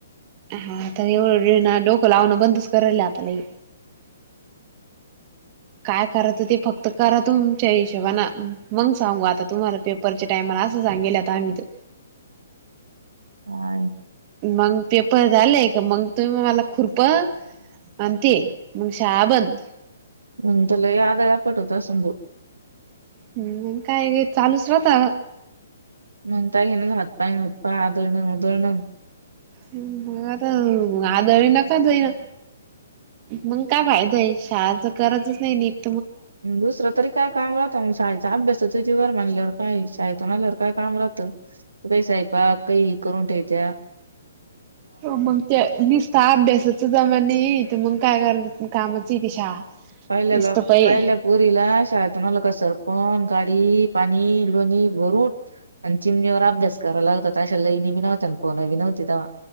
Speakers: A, on the right; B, on the right.
A: हा तर एवढं डोकं लावणं बंदच करायला आता लय. काय करायचं ते फक्त करा तुमच्या हिशोबाने मग सांगू आता तुम्हाला पेपरच्या टायम असं सांगेल आता आम्ही तर.
B: ह
A: मग पेपर झालेय, मग तुम्ही मला खुरप आणते मग शाळा बंद.
B: मग तर लय आदळ पटवत होत आसल भाऊ.
A: हम् म काय चालूच राहता.
B: मगता घे ना हातपाय उतपाय आदळणंग उदळण.
A: मग आता आदळी नकाचई ना मग काय फायदा आहे शाळाच करजच नाही निट.
B: दुसरं तरी काय काम राहतं मग शाळेचा अभ्यास, जीवार मानल्यावर काही शाळेतून आल्यावर काय काम राहतं काही साहेपा काही करून ठे त्या.
A: हो म ते निस ह अभ्यासाच जमाणे तर मग काय कर कामाची ती शाळा.
B: पहिले
A: निसत
B: लोक
A: पय
B: पहिले प पुरीला शाळेतून ल कसर प गढ पाणीलोणी भरून. आणि चिमणीवर अभ्यास करावा लागतता अशाला ल इणी बी नवत्या आणि फोन बी नव्हती तव्हा.